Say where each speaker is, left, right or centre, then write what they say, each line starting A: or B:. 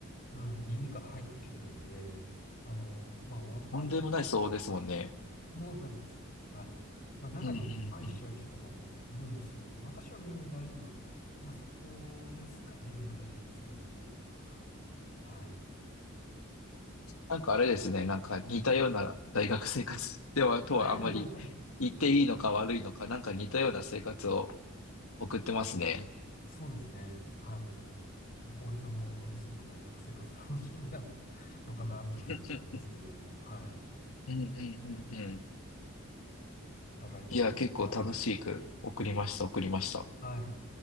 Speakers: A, on the left; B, on the left.
A: うん、耳から入ってきてるんで、あの、まあ終わった
B: とんでもない騒音ですもんね。
A: そうなんです。はい。まあ中にはめまいしちゃう人とかもいるんですけども、
B: うんうんうん。
A: 私は全然大丈夫だったんで、まあそこですかね、肉体的に辛いところって言ったら。はい。
B: なんかあれですね、なんか似たような大学生活では、とはあんまり言っていいのか悪いのか、
A: <laughs>
B: なんか似たような生活を送ってますね。
A: そうですね。あの、まあ、浩平さんも、あの、すごく大学生活楽しんだのかなっていうふうに思いますけれども、
B: うん
A: はい。
B: うんうんうん。
A: お互い充実した、
B: いや、結構楽しく送りました、送りました。
A: はい。